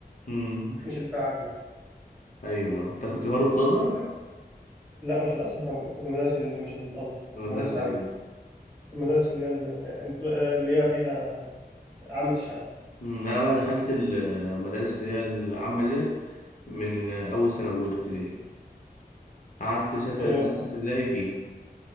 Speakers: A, on the left; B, in the centre.
A: أمم.
B: مش اللي فيها عجوه
A: ايوه انت كنت برضه في الازهر
B: قال لك لا مش الازهر انا كنت في المدرسه اللي مش الازهر
A: في
B: كنت
A: المدرسه
B: في المدرسه
A: العاديه
B: العاديه المدارس اللي هي اللي هي فيها عامة الشعب
A: مم، انا بقى دخلت المدارس اللي هي العامه ديت من اول سنه اولى ابتدائي قعدت ستة
B: آه،
A: قعدت ستة ابتدائي فيها